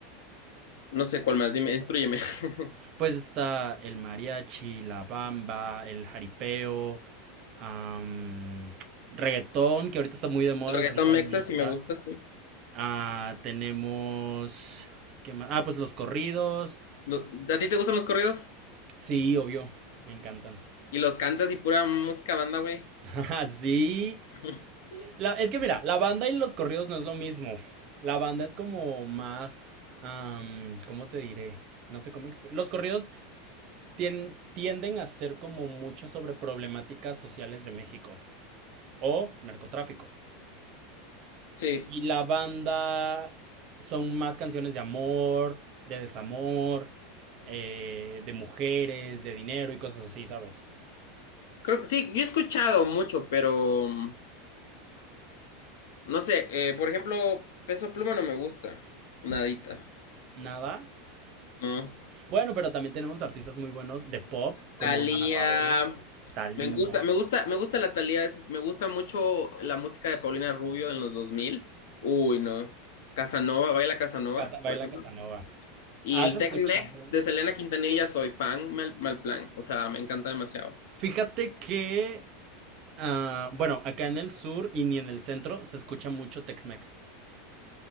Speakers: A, on the left; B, on the right.
A: No sé cuál más, dime, instrúyeme. <laughs>
B: pues está el mariachi, la bamba, el jaripeo, am, reggaetón, que ahorita está muy de moda
A: El reggaetón
B: el reggaetón.
A: mexa
B: neta.
A: sí me gusta, sí.
B: Ah, tenemos, ¿qué más? Ah, pues los corridos.
A: Lo- ¿a ti te gustan los corridos?
B: Sí, obvio, me encantan.
A: Y los cantas y pura música banda, güey.
B: <laughs> Ajá, Sí,
A: <laughs>
B: La- es que mira, la banda y los corridos no es lo mismo. La banda es como más, am, ¿cómo te diré? No sé cómo expli- Los corridos tien- tienden a ser como mucho sobre problemáticas sociales de México. o narcotráfico.
A: Sí.
B: Y la banda son más canciones de amor, de desamor, eh, de mujeres, de dinero y cosas así, ¿sabes?
A: Creo, sí, yo he escuchado mucho, pero mm, no sé, eh, por ejemplo, Peso Pluma no me gusta, nadita,
B: Nada.
A: ¿no?
B: Bueno, pero también tenemos artistas muy buenos de pop, como
A: Talía,
B: Dana Paola, Thalía,
A: me gusta, me gusta, me gusta la Talía, me gusta mucho la música de Paulina Rubio en los dos mil Uy, no. Casanova, Baila Casanova,
B: Casa- Baila
A: por ejemplo.
B: Casanova.
A: Y
B: ¿Has
A: el
B: escuchado?
A: Tex-Mex de Selena Quintanilla soy fan, mal, mal plan, o sea, me encanta demasiado.
B: Fíjate que, ah, bueno, acá en el sur y ni en el centro se escucha mucho Tex-Mex.